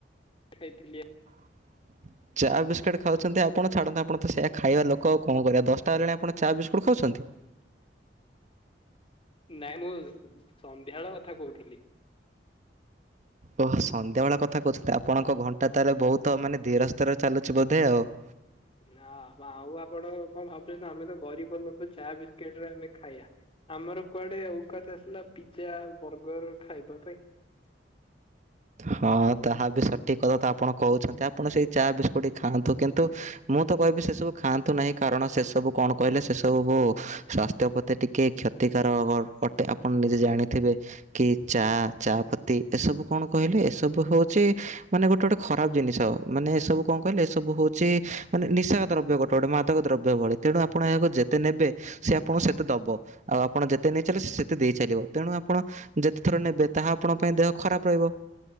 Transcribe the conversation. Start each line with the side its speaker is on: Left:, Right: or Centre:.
Left: ଖାଇଥିଲି ଆଉ।
Right: <inaudible> ଚା ବିସ୍କୁଟ ଖାଉଛନ୍ତି ଆପଣ ଛାଡ଼ନ୍ତୁ ଆପଣ ତ ସେୟୀଆ ଖାଇବା ଲୋକ ଆଉ କଣ କରିବା ଦଶଟା ହେଲାଣି ଆପଣ ଚା ବିସ୍କୁଟ ଖାଉଛନ୍ତି?
Left: ନାଇଁ ମୁଁ ସନ୍ଧ୍ୟାବେଳ କଥା କହୁଥିଲି।
Right: ଓ ସନ୍ଧ୍ୟାବେଳେ କଥା କହୁଛନ୍ତି ଆପଣଙ୍କ ଘଣ୍ଟା ତାହେଲେ ବହୁତ ମାନେ ଧୀରସ୍ତରରେ ଚାଲୁଛି ବୋଧେ ଆଉ। <inaudible>
Left: ନା ଆଉ ଆପଣ କଣ ଭାବୁଛନ୍ତି ଆମେ ତ ଗରିବ ଲୋକ ଚା ବିସ୍କୁିଟ ରେ ଆମେ ଖାଇବା। ଆମର କୁଆଡେ ଓଉକାତ ଆସିଲା ପିଜଜା ବର୍ଗର ଖାଇବା ପାଇଁ‌।
Right: ହଁ ତାହା ବି ସଠିକ କଥା ତ ଆପଣ କହୁଛନ୍ତି ଆପଣ ସେଇ ଚା ବିସ୍କୁଟ ହିଁ ଖାଆନ୍ତୁ କିନ୍ତୁ ମୁଁ ତ କହିବି ସେ ସବୁ ଖାଆନ୍ତୁ ନାହିଁ କାରଣ ସେ ସବୁ କଣ କହିଲେ ସେ ସବୁ ସ୍ବାସ୍ ପ୍ରତି ଟିକେ କ୍ଷତିକାରକ ଅଟେ ଆପଣ ନିଜେ ଜାଣିଥିବେ କି ଚା ଚାପତି ଏସବୁ କଣ କହିଲେ? ଏସବୁ ହଉଛି ମାନେ ଗୋଟେ ଗୋଟେ ଖରାପ ଜିନିଷ। ମାନେ ଏ ସବୁ କଣ କହିଲେ? ଏସବୁ ହଉଛି ମାନେ ନିଶା ଦ୍ରବ୍ୟ ଗୋଟେ ରୋଡ଼ ମାଦକ ଦ୍ରବ୍ୟ ଭଳି ତେଣୁ ଆପଣ ଏହାକୁ ଯେତେ ନେବେ ସେ ଆପଣଙ୍କୁ ସେତେ ଦବ। ଆଉ ଆପଣ ଯେତେ ନେଇ ଚାଲେେ ସେ ସେତେ ଦେଇ ଚାଲିବ। ତେଣୁ ଆପଣ ଯେତେ ଥର ନେବେ ତାହା ଆପଣଙ୍କ ପାଇଁ ଦେହ ଖରାପ ରହିବ।